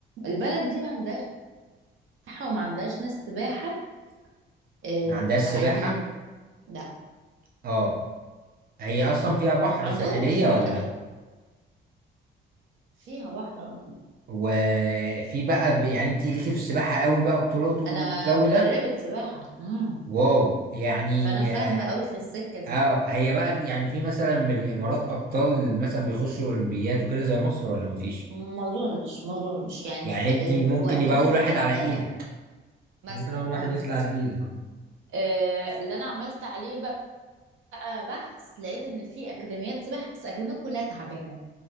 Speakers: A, on the right; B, on the right.
A: البلد دي ما عندهاش سباحه وما عندهاش ناس سباحه آه،
B: ما عندهاش سباحة
A: عاليين لا
B: اه هي اصلا فيها بحر
A: عندهم
B: ساحلية
A: بس على
B: ولا
A: قدهم
B: لا
A: فيها بحر اه
B: وفي بقى ب- يعني انت ليكي في السباحة قوي بقى بطولات والجو
A: انا مدربه
B: ده
A: سباحه مم.
B: واو يعني
A: فانا فاهمه
B: اه
A: قوي في السكه دي
B: آه، هي بقى في- يعني في مثلا من الامارات ابطال مثلا بيخشوا اولمبيات وكده زي مصر ولا مفيش
A: ما اظنش ما اظنش يعني
B: يعني
A: في,
B: انت ممكن
A: في وقتنا
B: يبقى اول
A: الحالي
B: واحد على
A: ده
B: ايدك
A: لا مثلا
B: ممكن اول واحد
A: ممكن
B: يطلع على ايدك
A: آه، اللي انا عملت عليه بقى بحث لقيت ان في اكاديميات سباحه بس الاكاديميات كلها تعبانه